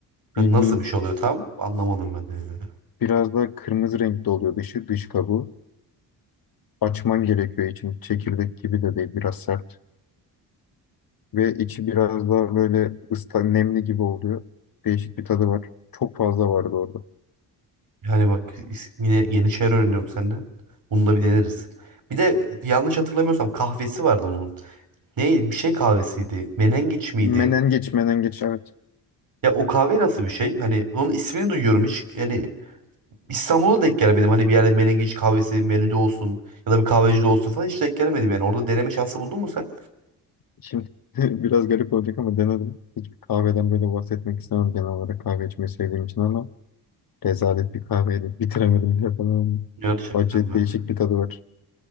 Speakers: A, on the right; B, on the left.
A: Yani
B: Bildiğin
A: nasıl bir şey oluyor tam anlamadım ben de.
B: biraz daha kırmızı renkte oluyor dışı, dış kabuğu. Açman gerekiyor için. Çekirdek gibi de değil, biraz sert. Ve içi biraz daha böyle ıslak, nemli gibi oluyor. Değişik bir tadı var. Çok fazla vardı orada.
A: Yani bak is- yine yeni şeyler öğreniyorum senden. Bunu da bir deneriz. Bir de yanlış hatırlamıyorsam kahvesi vardı onun. Ne bir şey kahvesiydi. Menengiç miydi?
B: Menengeç, menengeç. Evet.
A: Ya o kahve nasıl bir şey? Hani onun ismini duyuyorum hiç. Yani İstanbul'a denk gelemedim. Hani bir yerde menengiç kahvesi, menüde olsun ya da bir kahvecide olsun falan hiç denk gelemedim yani. Orada deneme şansı buldun mu sen?
B: Şimdi <laughs> biraz garip olacak ama denedim. Hiçbir kahveden böyle bahsetmek istemem genel olarak kahve içmeyi sevdiğim için ama rezalet bir kahveydi. Bitiremedim bile falan.
A: Gerçekten
B: Acı
A: mi?
B: değişik bir tadı var.